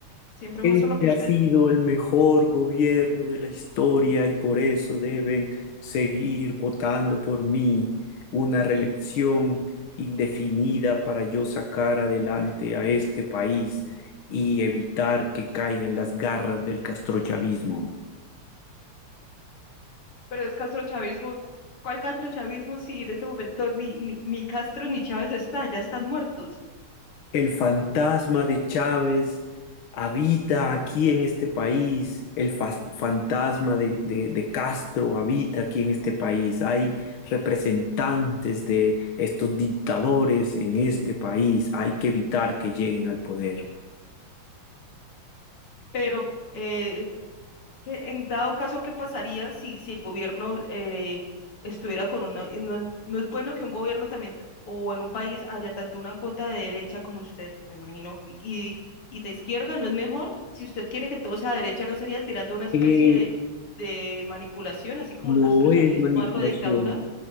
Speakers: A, on the left; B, on the left.
A: siempre
B: Este
A: muestran lo que usted,
B: ha sido el mejor gobierno de la historia y por eso deben seguir votando por mí. Una reelección indefinida para yo sacar adelante a este país y evitar que caigan las garras del castrochavismo.
A: pero es castrochavismo. ¿Cuál castrochavismo si en este momento ni, ni, ni Castro ni Chávez está, ya están muertos?
B: El fantasma de Chávez habita aquí en este país. El fas- fantasma de, de- de Castro habita aquí en este país. Hay representantes de estos dictadores en este país. Hay que evitar que lleguen al poder.
A: Pero eh, que en dado caso, ¿qué pasaría si, si el gobierno eh, estuviera con una... y No, no es bueno que un gobierno también, t- o en un país haya tanto una cuota de derecha como usted, me imagino, y, y y de izquierda, ¿no es mejor? Si usted quiere que todo sea derecha, ¿no sería tirando una especie
B: Eh,
A: de, de manipulación, así como
B: no
A: el castrochavismo,
B: es manipulación.
A: algo de dictadura?